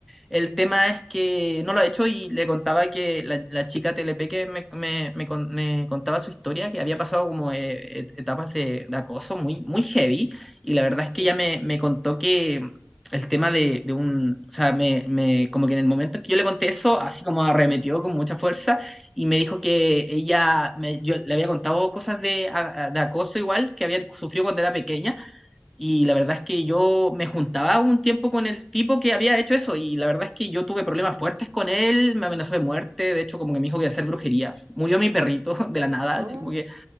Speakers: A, in the centre; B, on the right (about 85°).
A: El
B: Bien,
A: tema es que no lo ha hecho y le contaba que la, la chica TLP que me, me- me con- me contaba su historia, que había pasado como eh, et- etapas de, de acoso muy, muy heavy y la verdad es
B: sí.
A: que ella me, me contó que el tema de, de un, o sea, me, me- como que en el momento en que yo le conté eso, así como arremetió con mucha fuerza y me dijo que ella, me- yo le había contado cosas de, a- a- de acoso igual que había sufrido cuando era pequeña y la verdad es que yo me juntaba un tiempo con el tipo que había hecho eso y la verdad es que yo tuve problemas fuertes con él, me amenazó de muerte, de hecho como que me dijo que iba a hacer brujería. Murió mi perrito <laughs> de la nada,
B: Ah,
A: así como que